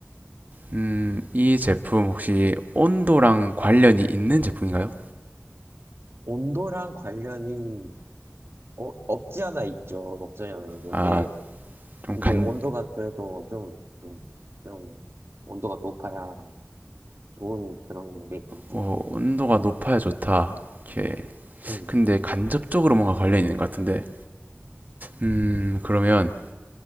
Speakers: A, on the right; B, on the right.
A: 음, 이 제품 혹시 온도랑 관련이 있는 제품인가요?
B: 온도랑 관련이 어, 없지 않아 있죠. 없지 않아 있는데,
A: 아, 좀
B: 이게
A: 간,
B: 온도가 그래도 좀, 좀, 좀 온도가 높아야 좋은 그런 게 있지.
A: 어, 온도가 높아야 좋다. 오케이.
B: 음.
A: 근데 간접적으로 뭔가 관련이 있는 것 같은데. 음, 그러면